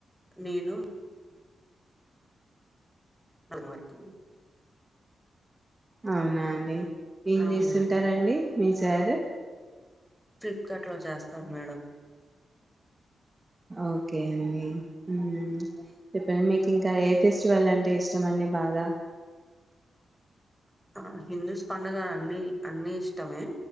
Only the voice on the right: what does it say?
అవునా అండి ఏం
చేస్తుంటారండి
మీ సారూ
ఓకే అండి హ్మ్ చెప్పండి మీకు ఇంకా ఏ ఫెస్టివల్ అంటే ఇష్టం అండి బాగా